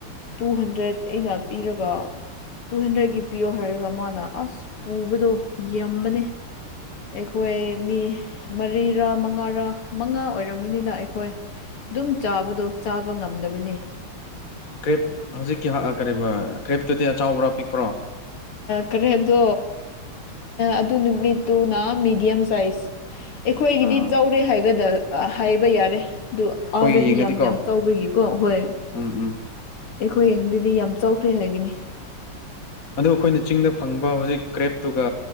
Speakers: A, on the left; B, on the left.
A: ꯇꯨ ꯍꯟꯗ꯭ꯔꯦꯗ ꯑꯩꯅ ꯄꯤꯔꯒ ꯇꯨ ꯍꯟꯗ꯭ꯔꯦꯗꯀꯤ ꯄꯤꯌꯣ ꯍꯥꯏꯔꯒ ꯃꯥꯅ ꯑꯁ ꯄꯨꯕꯗꯣ ꯌꯥꯝꯕꯅꯦ꯫ ꯑꯩꯈꯣꯏ ꯃꯤ ꯃꯔꯤꯔ ꯃꯉꯥꯔ ꯃꯉꯥ ꯑꯣꯏꯔꯝꯃꯤꯅꯤꯅ ꯑꯩꯈꯣꯏ ꯑꯗꯨꯝ ꯆꯥꯕꯗꯣ ꯆꯥꯕ ꯉꯝꯗꯕꯅꯤ꯫
B: ꯀ꯭ꯔꯦꯞ ꯍꯧꯖꯤꯛꯀꯤ ꯀꯔꯤꯕ ꯀ꯭ꯔꯦꯞꯇꯨꯗꯤ ꯑꯆꯧꯕꯔꯣ ꯑꯄꯤꯛꯄ꯭ꯔꯣ
A: ꯀꯔꯤ ꯍꯥꯏꯗꯣ ꯑꯗꯨ ꯅꯨꯃꯤꯠꯇꯨꯅ ꯃꯤꯗꯤꯌꯝ ꯁꯥꯏꯖ ꯑꯩꯈꯣꯏꯒꯤꯗꯤ
B: ꯑꯠꯆꯥ
A: ꯆꯥꯎꯔꯦ ꯍꯥꯏꯒꯗ꯭ꯔ ꯍꯥꯏꯕ ꯌꯥꯔꯦ꯫ ꯑꯗꯨ
B: ꯑꯩꯈꯣꯏ
A: ꯑꯥꯗꯗꯤ
B: ꯌꯦꯡꯉꯗꯤꯀꯣ
A: ꯌꯥꯝ ꯌꯥꯝ ꯆꯥꯎꯕꯒꯤꯀꯣ ꯍꯣꯏ
B: ꯎꯝ ꯎꯝ
A: ꯑꯩꯈꯣꯏꯡꯗꯨꯗꯤ ꯌꯥꯝ ꯆꯥꯎꯈ꯭ꯔꯦ ꯍꯥꯏꯒꯅꯤ꯫
B: ꯑꯗꯨꯗ ꯑꯩꯈꯣꯏꯅ ꯆꯤꯡꯗ ꯐꯪꯕ ꯍꯧꯖꯤꯛ ꯀ꯭ꯔꯦꯞꯇꯨꯒ